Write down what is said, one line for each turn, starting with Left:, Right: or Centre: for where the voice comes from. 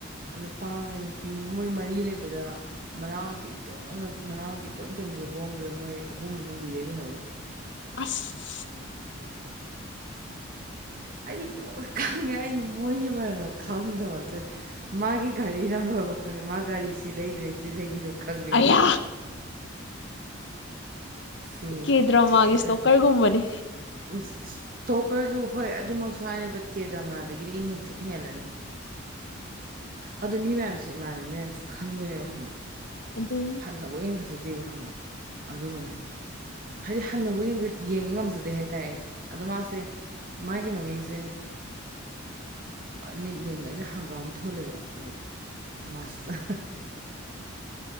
Right: ꯅꯨꯄꯥ ꯅꯨꯄꯤ ꯑꯃ ꯃꯣꯏ ꯃꯔꯤ ꯂꯩꯕꯗ ꯃꯅꯥꯎꯅꯨꯄꯤ‌ ꯏꯇꫭꯟ ꯃꯅꯥꯎꯅ ꯅꯨꯄꯤ ꯇꫭꯟꯕꯤꯗꫭ ꯍꯣꯡꯒ꯭ꫪꯦ ꯃꯣꯏ ꯑꯍꯨꯝ ꯑꯃ ꯂꯤꯔ ꯂꯩꯍꯧꯔꯦ
Left: ꯑꯁ
Right: ꯑꯩ ꯂꯣꯏ ꯈꯪꯉꯦ ꯑꯩ ꯃꯣꯏꯒꯤ ꯃꯔꯝꯗ ꯈꯪꯗꯕ ꯑꯗꯨꯏ ꯃꯥꯒꯤ ꯒꯥꯔꯤ ꯅꯝꯕꯔꯐꯥꯎ ꯈꯪꯉꯦ ꯃꯥ ꯒꯥꯔꯤ ꯁꯤ ꯂꯩꯒꯔꯦ ꯁꯤ ꯂꯩꯒꯔꯦ ꯈꯪꯕꯤꯅꯦ
Left: ꯑꯌꯥ
Right: ꯁꯤ
Left: ꯀꯦꯗ꯭ꯔꯃꯥꯒꯤ
Right: ꯇꯦꯟ
Left: ꯏꯁꯇꯣꯀꯔꯒꯨꯝꯕꯅꯤ
Right: ꯈꯛ ꯏꯁꯇꯣꯀꯔꯒꯤ ꯍꯣꯏ ꯑꯗꯨꯃꯛꯁꯨ ꯍꯥꯏꯔꯤ ꯕꯠ ꯀꯦ ꯗꯃꯥꯗꯒꯤꯗꯤ ꯏ ꯍꯦꯜꯂꯅꯤ ꯑꯗꯣ ꯃꯤ ꯃꯌꯥꯝꯁꯤꯅ ꯏꯃꯥꯟꯅꯕꯤ ꯃꯌꯥꯝꯁꯤ ꯈꯪꯗꯣꯏꯅꯦꯕ ꯈꯪꯕ꯭ꯔꯥ
Left: ꯑꯗꯨ
Right: ꯅꯕꯨꯛ <unintelligible> ꯈꯪꯕ꯭ꯔꯥ ꯑꯗꯨꯒꯅꯦ ꯍꯥꯏꯗꯤ ꯍꯟꯅꯕꯨ ꯌꯦꯡꯕ ꯉꯝꯖꯗꯦ ꯍꯥꯏꯇꯥꯔꯦ ꯑꯩꯁꯦ ꯑꯗꯣ ꯃꯥꯁꯦ ꯃꯥꯒꯤ ꯃꯃꯤꯡꯁꯦ ꯅꯤꯛ ꯅꯦꯝꯅꯗꫭ ꯑꯩꯅ ꯍꯪꯒꯥꯝ ꯊꯣꯜꯂꯦꯕ ꯂꯥꯏꯛ ꯃꯥꯁꯇꯔ